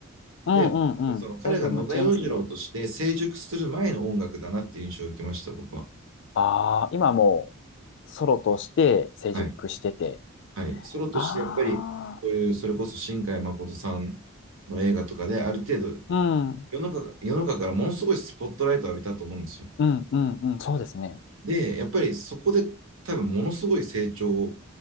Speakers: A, on the left; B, on the right.
A: うんうんうん。
B: で、その彼が野田洋次郎として成熟する前の音楽だなっていう印象を受けました、
A: だいぶ違いますね。
B: 僕は。
A: ああ、今もうソロとして成熟してて。
B: はい。はい。ソロとしてやっぱり、
A: あ
B: そういう、それこそ新海誠さんの映画とかで、ある程度
A: あ、うん。
B: 世の中、世の中からものすごいスポットライトを浴びたと思うんですよ。
A: うんうんうん。そうですね。
B: で、やっぱりそこで多分ものすごい成長を